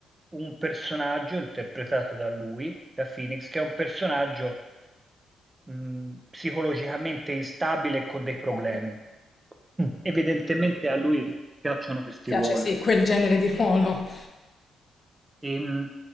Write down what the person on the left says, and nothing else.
Ok.
Piace
sì, quel genere di ruolo.